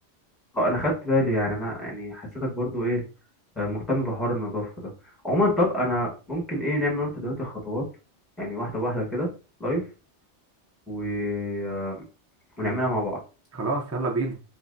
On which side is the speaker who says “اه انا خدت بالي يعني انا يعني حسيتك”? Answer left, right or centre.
Centre